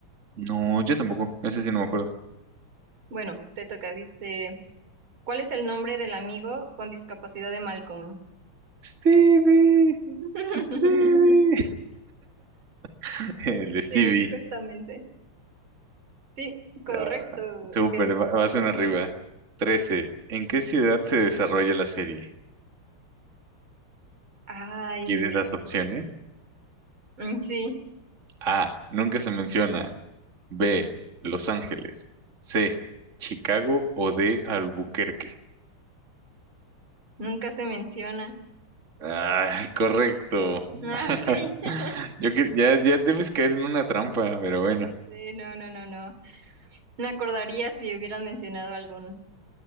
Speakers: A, on the right; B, on the right.
A: No, yo tampoco. Ese sí no me acuerdo.
B: Bueno, te toca, dice, ¿cuál es el nombre del amigo con discapacidad de Malcolm?
A: Stevie,
B: <laughs>
A: Stevie. <laughs> El Stevie.
B: Sí, justamente. Sí, correcto.
A: Ah, súper,
B: Ok.
A: va- vas una arriba. trece ¿En qué ciudad se desarrolla la serie?
B: Ay,
A: ¿Quieres
B: Dios.
A: las opciones?
B: Mm, Sí,
A: A. Nunca se menciona. B. Los Ángeles. C. Chicago o D. Albuquerque.
B: nunca se menciona.
A: Ay, correcto. <laughs>
B: Ah, ok. <laughs>
A: Yo que ya, ya debes caer en una trampa, pero bueno.
B: Sí, no, no, no, no. Me acordaría si hubieran mencionado algún.